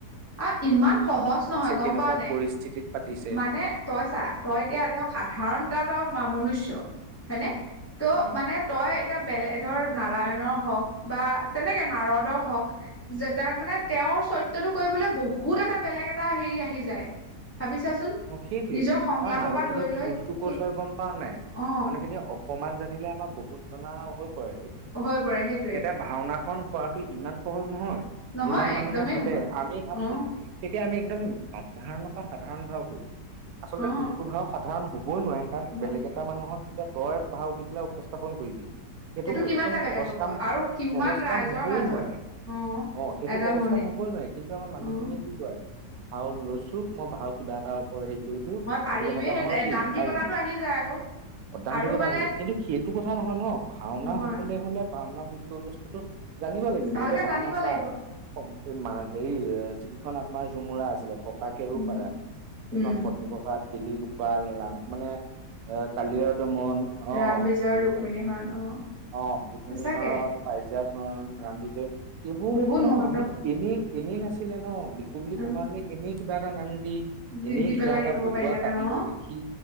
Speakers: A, on the left; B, on the right.
A: অ 'ইমান সহজ নহয় গম
B: কেনেকুৱা
A: পোৱা নে
B: পৰিস্থিতিত পাতিছে
A: মানে তই চা তই এতিয়া এজন সাধাৰণ তাত মনুষ্য হয়নে ত'
B: উম,
A: মানে তই। এতিয়া বে ধৰ নাৰায়ণৰ হওক বা তেনেকে নাৰদৰ হওক যে। তাৰ মানে তেওঁৰ চৰিত্ৰটো কৰিবলৈ বহুত এটা বেলেগ এটা হেৰি আহি যায়। ভাবি চাচোন
B: অ' সেইটোৱে
A: নিজৰ সংলাপৰ
B: আমাৰ মানুহখিনি
A: পৰা ধৰি লৈ
B: ভুলতটো
A: সেই
B: কত হয় গম পোৱা নাই
A: অ
B: মানুহখিনি অকমান জানিলে আমাৰ বহুত জনা হৈ পৰে
A: হৈ পৰে সেইটোৱেই
B: এতিয়া ভাওনা। কৰাটো ইমান সহজ নহয়
A: নহয়
B: যিমান মানুহে
A: একদমেই
B: ভাবে
A: নহয়
B: আমি ভাবচোন
A: অ
B: এতিয়া আমি। একদম সাধাৰণৰ পৰা সাধাৰণ ভাৱটো আচলতে
A: অ
B: কোনোতো ভাও সাধাৰণ ক'ই নোৱাৰে কাৰণ
A: হয়
B: বেলেগ এটা মানুহক যেতিয়া তই পাহা উঠি পেলাই উপস্থাপন কৰিবি। সেইটো
A: কিমানটা
B: একদম সহজ
A: বেলেগ হ'ব
B: কাম
A: আৰু কিমান
B: সহজ কাম
A: ৰাইজৰ
B: হবই
A: মাজত
B: নোৱাৰে।
A: অ
B: অ' সেইটো
A: এটা
B: সহজ
A: মণি
B: কাম হবই নোৱাৰে কিন্তু আমাৰ মানুহখিনিয়ে
A: অ
B: কি কৰে ভাও লৈছো মই ভাও কিবা এটা। ওপৰত হেৰি কৰিলো
A: পাৰিমেই
B: গতিকে মই এতিয়া
A: সেই
B: ভাও দিম
A: দাম্ভিকতাটো
B: পাৰিম
A: আহি যায় আকৌ
B: অধান্তিকতা
A: আৰু মানে
B: আহিছে কিন্তু সেইটো কথা নহয় ন ভাওনা
A: নহয়
B: হবলৈ হলে। ভাওনা বিষয় বস্তুতটো জানিব লাগিব
A: ভালকে
B: এতিয়া ভাওনা
A: জানিব
B: চাহ।
A: লাগিব
B: এই মান হেৰি যিকিখন আমাৰ ঝমুৰা আছিলে পকা কেৰু
A: উম
B: পাৰা এইখন
A: উম
B: পত্নীপ্ৰসাদ। তিলিগোপাল ৰাম মানে। এ কালি দমন অ 'কেনেকুৱা
A: ৰাম বিজয় ৰুক্মিণী হৰণ অ
B: অ ৰিপিনী
A: সঁচাকে
B: হৰণ পাইজা ধৰণ ৰাম বিজয় এইবোৰৰ
A: বহুত
B: ওপৰত মানে
A: মহত্ব
B: মানুহে এনেই এনেই নাছিল। ছিলে ন লিখো বুলি
A: অ
B: ভবা হ'লে এনে কিবা এটা নাম দি।
A: দি
B: এনেই
A: দি
B: কিবা
A: পেলাই হেৰি
B: এটা
A: কৰিব
B: বহুৱা
A: পাৰিলেহেঁতেন
B: কাহিনী
A: অ
B: লিখি